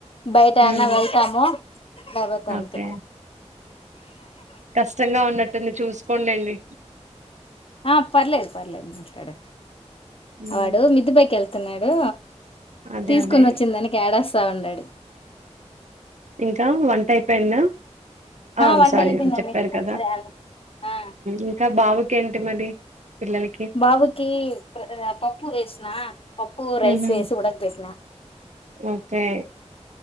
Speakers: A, on the left; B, on the right.
A: బయట
B: హ్మ్.
A: అన్న వెళ్తాము లేపోతె
B: ఓకే.
A: అంత. ‌
B: ఇష్టంగా ఉన్నట్టుంది చూసుకోంలేండి.
A: ఆ పర్లేదు, పర్లేదు మాట్లాడ
B: హ్మ్.
A: వాడు మిద్దుపైకి వెళ్తున్నాడు.
B: అదే
A: తీసుకొని
B: అదే.
A: వచ్చింది దానికిఎడస్తా ఉన్నాడు.
B: ఇంకా వంటైపోయింద. ఆ
A: వంట
B: సారీ
A: అయిపోయిందండి
B: అ చెప్పారు కదా
A: అదే ఆ
B: ఇంకా బావుకేంటి మరి. పిల్లలకి?
A: బాబకి పప్పు వేసిన పప్పు
B: హుహు.
A: రైస్ వేసి ఉడక పెట్టిన.
B: ఓకే